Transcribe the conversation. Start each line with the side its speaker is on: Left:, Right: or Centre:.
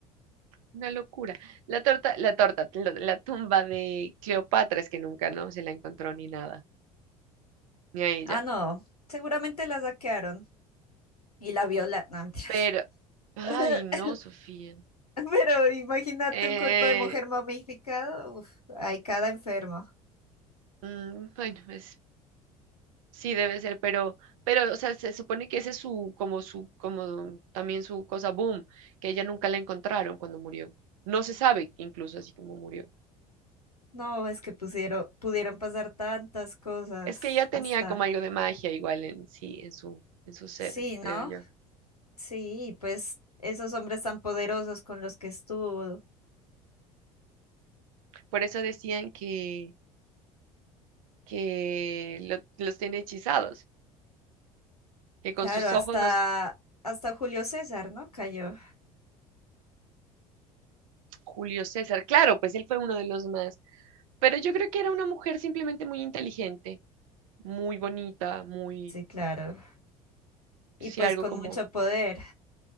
Right: una locura. La torta, la torta, lo- la tumba de Cleopatra es que nunca no se la encontró ni nada, ni a ella.
Left: Ah, no, seguramente la saquearon y la viola. No, mentiras.
Right: Pero, ay,
Left: <laughs>
Right: no, Sofía.
Left: Pero imagínate
Right: Eh,
Left: un cuerpo de mujer momificado. Uf, hay cada enfermo.
Right: mm, bueno, es, sí debe ser, pero, pero, o sea, se supone que ese es su, como su, como también su cosa boom, que ella nunca la encontraron cuando murió. No se sabe incluso así como murió.
Left: No, es que pusieron, pudieron pasar tantas cosas
Right: Es que ya tenía
Left: hasta...
Right: como algo de magia igual en sí, en su, en su ser,
Left: Sí, ¿no?
Right: creo yo.
Left: Sí, pues esos hombres tan poderosos con los que estuvo.
Right: Por eso decían que, que lo- los tiene hechizados, que
Left: Claro,
Right: con sus
Left: hasta,
Right: ojos los
Left: hasta Julio César, ¿no? Cayó.
Right: Julio César, claro, pues él fue uno de los más, pero yo creo que era una mujer simplemente muy inteligente, muy bonita, muy,
Left: Sí, claro. Y
Right: sí,
Left: pues
Right: algo
Left: con
Right: como
Left: mucho poder.